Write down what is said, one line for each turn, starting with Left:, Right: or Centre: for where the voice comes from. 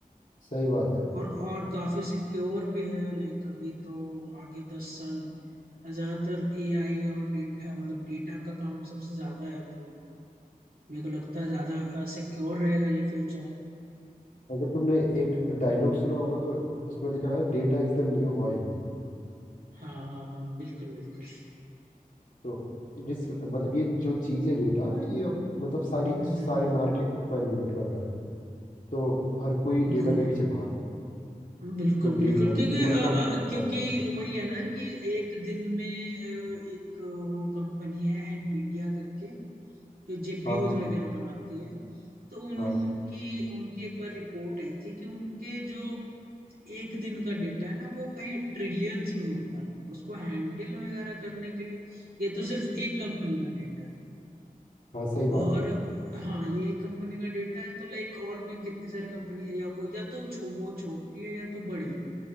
Left: सही बात है
Right: और और काफी सिक्योर भी है लाइक अभी तो आगे दस साल ज्यादातर एआई और डेटा मतलब डेटा का काम सबसे ज्यादा है तो मेरे को लगता है ज्यादा सिक्योर रहेगा ये फ्यूचर
Left: अगर तुमने एक डायलॉग सुना होगा तो उसमें लिखा है data is the new oil
Right: हाँ हाँ हाँ बिल्कुल बिल्कुल
Left: तो जिस मतलब ये जो चीज है डेटा ये अब मतलब सारी
Right: हम्म
Left: सारी
Right: हम्म हम्म,
Left: मार्केट को मैनिपुलेट कर रहा है तो हर कोई
Right: बिल्कुल
Left: डेटा के पीछे भाग रहा है
Right: बिल्कुल
Left: तो
Right: बिल्कुल
Left: डेटा की
Right: क्योंकि
Left: कीमत
Right: अ, अ,
Left: तो अभी तक
Right: क्योंकि
Left: ज्यादा है।
Right: वही है ना कि एक दिन में अ, एक वो कंपनी है एनवीडिया करके जो जेपीयूज
Left: हाँ हाँ
Right: वगैरह बनाती है तो उन
Left: हाँ
Right: उनकी उनकी एक बार रिपोर्ट आई थी कि उनके जो एक दिन का डेटा है ना वो कहीं ट्रिलियंस में होता है तो उसको हैंडल वगैरह करने के लिए ये तो सिर्फ एक कंपनी का डेटा है
Left: हाँ सही बात
Right: और
Left: है
Right: हाँ ये एक कंपनी का डेटा है तो लाइक और भी कितनी सारी कंपनी है या वो या तो छो, वो छोटी है या तो बड़ी है